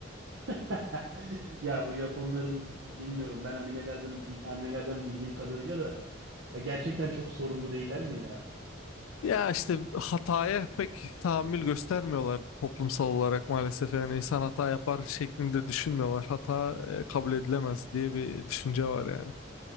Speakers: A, on the right; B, on the left.
A: <laughs> Ya bu Japonların bilmiyorum ben animelerden bil- animelerden bildiğim kadarıyla da ya gerçekten çok sorunlu değiller mi ya?
B: Ya işte hataya pek tahammül göstermiyorlar toplumsal olarak maalesef. Yani insan hata yapar şeklinde düşünmüyorlar. Hata e, kabul edilemez diye bir düşünce var yani.